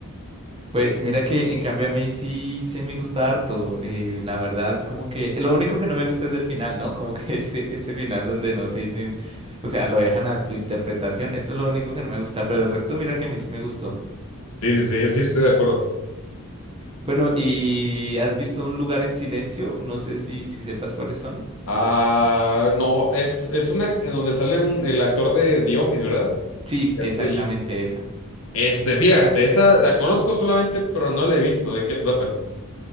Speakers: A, on the right; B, on the left.
A: Pues mira que en cambio a mí sí, sí me gusta harto. eh, la verdad, como que lo único que no me gusta es el final, ¿no? Como que <laughs> ese, ese final donde no te dicen, o sea, lo dejan a tu interpretación. Eso es lo único que no me gusta, pero el resto mira que a mí sí me gustó.
B: Sí, sí, sí, sí, estoy de acuerdo.
A: Bueno, ¿y has visto Un lugar en silencio? No sé si, si sepas cuáles son.
B: Ah, no, es, es una en donde sale un, el actor de The Office, ¿verdad?
A: Sí,
B: Que
A: exactamente
B: hace de Jim.
A: esa.
B: Este, fíjate, esa la conozco solamente, pero no la he visto. ¿De qué trata?